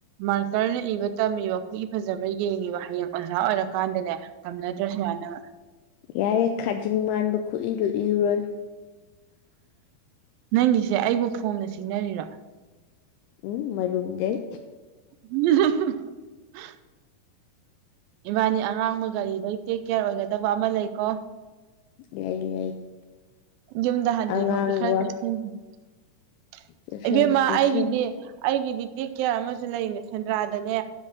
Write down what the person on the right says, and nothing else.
ꯃꯥꯔꯀꯔꯅ ꯏꯕ ꯇꯝꯃꯤꯕ ꯈꯨꯏ ꯐꯖꯕ꯭ꯔꯥ ꯌꯦꯡꯉꯤꯕ ꯍꯌꯦꯡ ꯑꯣꯖꯥ ꯑꯣꯏꯔꯀꯥꯟꯗꯅꯦ ꯇꯝꯅꯗ꯭ꯔꯁꯨ ꯌꯥꯅꯕ
ꯅꯪꯒꯤꯁꯦ ꯑꯩꯕꯨ ꯐꯣꯡꯅ ꯁꯤꯡꯅꯔꯤꯔꯣ
<unintelligible> ꯏꯕꯥꯥꯅꯤ ꯑꯉꯥꯡꯕ ꯒꯥꯔꯤꯗꯩ ꯇꯦꯛ ꯀꯦꯌꯔ ꯑꯣꯏꯒꯗꯕ ꯑꯃ ꯂꯩꯀꯣ
ꯌꯨꯝꯗ ꯍꯥꯟꯗ꯭ꯔꯤꯐꯥꯎꯗꯤ
ꯈꯔ <unintelligible>
ꯏꯕꯦꯝꯃ
ꯑꯩꯒꯤꯗꯤ ꯑꯩꯒꯤꯗꯤ ꯇꯦꯛ ꯀꯦꯌꯥꯔ ꯑꯃꯁꯨ ꯂꯩꯔꯤꯅꯦ ꯁꯦꯟꯗ꯭ꯔꯥꯗꯅꯦ